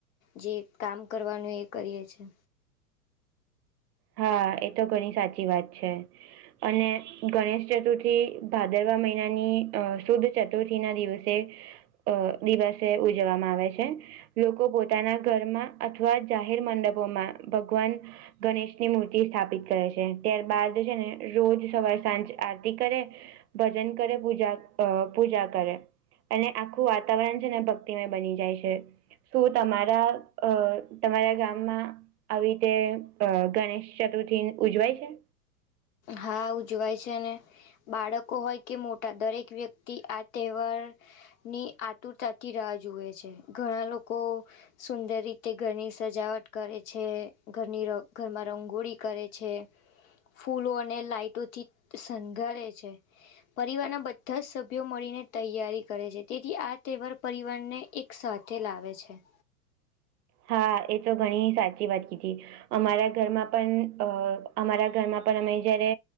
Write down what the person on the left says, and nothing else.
જે કામ કરવાનું એ કરીએ છીએ.
હા ઉ ઉજવાય છે ને. બાળકો હોય કે મોટા દરેક વ્યક્તિ આ તહેવાર ની આતુરતાથી રાહ જોુએ છે ઘણા લોકો સુંદર રીતે ઘરની સજાવટ કરે છે ઘરની ઘરમાં રંગોળી કરે છે. ફૂલો અને લાાઈટોથી શઘરે છે. પરિવારના બધા જ સભ્યો મળીને તૈયારી કરે છે તેથી આ તહેવાર પરિવારને એક. સાથે લાવે છે.